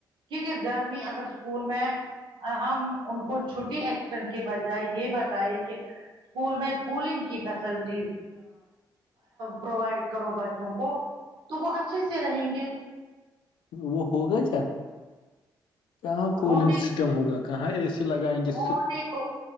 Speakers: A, on the right; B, on the left.
A: کیونکہ گرمی اگر اسکول میں ہم ان کو چھٹی ایکسیڈنٹ کے بجائے یہ بتائے کہ اسکول میں کولنگ کی فیسلٹیز پرووائڈ کرو بچوں کو تو وہ اچھے سے رہیں گے
B: وہ ہو گیا کیا کہاں کولنگ
A: ہونے
B: سسٹم ہوگا کہاں اے سی لگائیں گے
A: ہونے کو